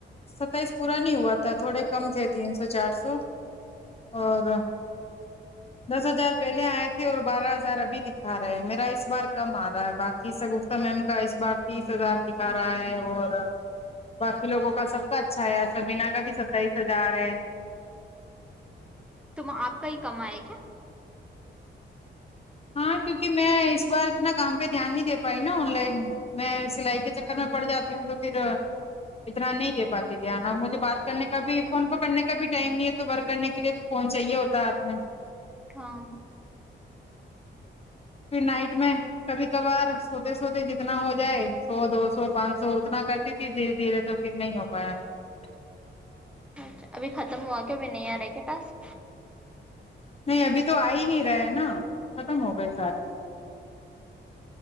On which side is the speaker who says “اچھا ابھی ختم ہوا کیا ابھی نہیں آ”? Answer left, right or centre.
Centre